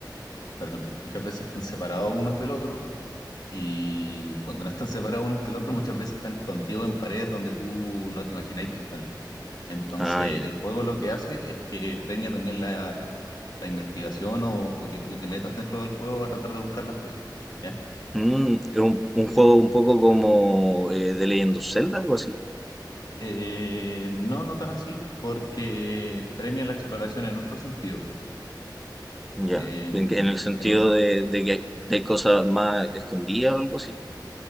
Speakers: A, on the left (about 55°); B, in the centre.
A: perdón, muchas veces están separados unos del otro y cuando no están separados unos del otro, muchas veces están escondidos en paredes donde tú no te imagináis que están. Entonces,
B: Ah, ya.
A: el juego lo que hace es que premia también la, la investigación o, o que tú te metas dentro del juego a tratar de buscar las cosas. ¿Ya?
B: Mm, es un, un juego un poco como eh, The Legend of Zelda, algo así.
A: Eh, no, no tan así, porque premia la exploración en otro sentido.
B: Ya,
A: En,
B: en, que- en el sentido
A: en un sen-
B: de, de que hay, de hay cosas más escondidas o algo así.